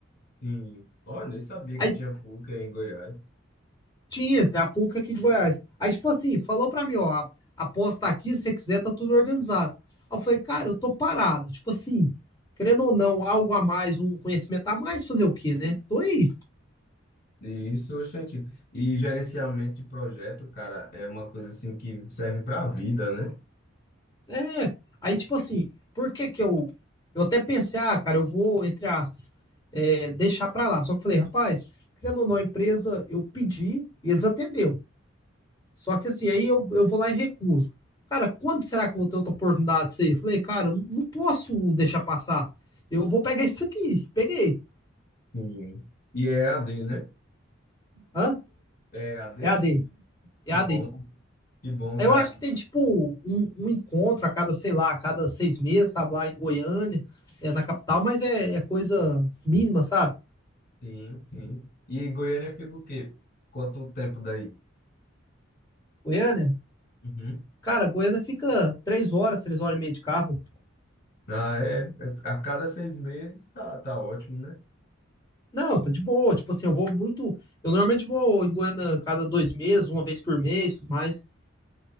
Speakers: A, on the left; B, on the left.
A: Sim. Olha, nem sabia
B: Aí
A: que tinha PUC aí em Goiás.
B: tinha, tem a PUC aqui de Goiás. Aí, tipo assim, falou pra mim, ó, a aposta tá aqui, se você quiser, tá tudo organizado. Aí eu falei, cara, eu tô parado. Tipo assim, querendo ou não, algo a mais, um conhecimento a mais, fazer o quê, né? Tô aí.
A: E Isso, gente. E gerenciamento de projeto, cara, é uma coisa assim que serve para a vida, né?
B: É, aí tipo assim, por que que eu eu até pensei, ah, cara, eu vou, entre aspas, é, deixar pra lá. Só que eu falei, rapaz, criando ou não a empresa, eu pedi e eles atendeu. Só que assim, aí eu, eu vou lá e recuso. Cara, quando será que eu vou ter outra oportunidade disso aí? Eu Falei, cara, eu não posso deixar passar. Eu vou pegar isso aqui. Peguei.
A: Sim. E é EAD, né?
B: Hã?
A: É EAD?
B: EAD. EAD.
A: Que bom, que bom,
B: Aí
A: cara.
B: Eu acho que tem, tipo, um, um encontro a cada, sei lá, a cada seis meses, sabe, lá em Goiânia, é, na capital, mas é, é coisa mínima, sabe?
A: Sim, sim. E Goiânia fica o quê? Quanto tempo daí?
B: Goiânia?
A: Uhum.
B: Cara, Goiânia fica três horas, três horas e meia de carro.
A: Ah, é. é, A cada seis meses tá, tá ótimo, né?
B: Não, tá de boa. Tipo assim, eu vou muito. Eu normalmente vou em Goiânia cada dois meses, uma vez por mês, tudo mais.